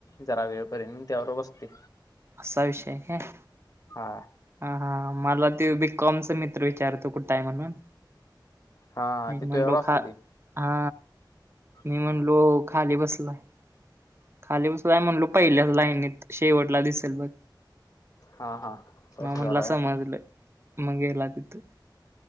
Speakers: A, on the left; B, on the right.
A: जरा वेळपर्यंत त्याबरोबर बसतोय.
B: असा विषय हाय काय?
A: हा.
B: हा हा मला ते बीकॉमच मित्र विचारतो कुठ आहे म्हणून.
A: हा
B: मी
A: ती तुझ्याबरोबर
B: म्हणलो
A: असते
B: खा
A: ती
B: हा मी
A: हा
B: म्हणलो खाली बसलाय. खाली बसलाय म्हणलो पहिल्याच लाईनत शेवटला दिसेल बघ.
A: हा, हा. तशी
B: मग म्हणला
A: झाला
B: समजलं,
A: व्हय
B: मग गेला तिथं.